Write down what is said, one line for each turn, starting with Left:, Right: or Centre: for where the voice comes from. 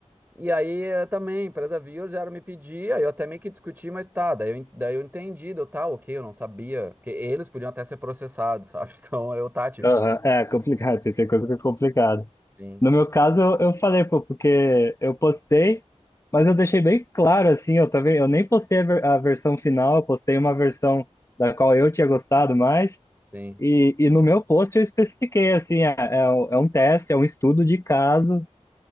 Right: E aí eh, também, a empresa viu, já me pedia, eu até meio que discuti, mas tá, daí eu, en- daí eu entendi, deu tá, ok, eu não sabia. Porque eles podiam até ser processados, sabe? <laughs> Então eu tá, tive
Left: aham.
Right: que.
Left: É complicado, tem coisa que é complicado.
Right: Sim,
Left: No meu caso, eu, eu falei, pô, porque eu postei, mas eu deixei bem claro, assim, eu também, eu nem postei a, ver- a versão final, eu postei uma versão da qual eu tinha gostado mais,
Right: sim.
Left: e, e no meu post eu especifiquei, assim, é, é, um é um teste, é um estudo de caso,